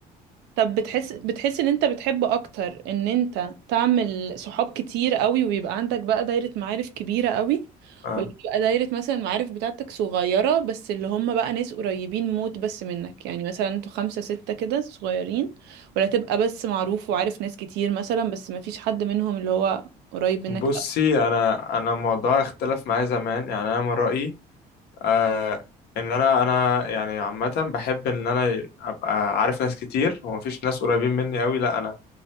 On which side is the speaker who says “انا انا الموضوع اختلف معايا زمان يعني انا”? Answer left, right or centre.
Left